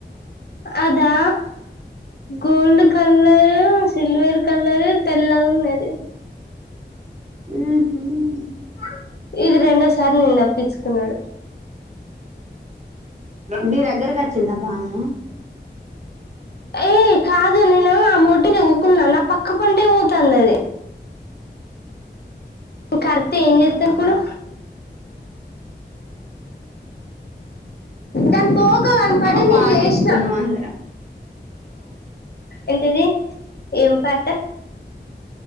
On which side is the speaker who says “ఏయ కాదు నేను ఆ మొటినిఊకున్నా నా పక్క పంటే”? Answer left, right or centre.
Left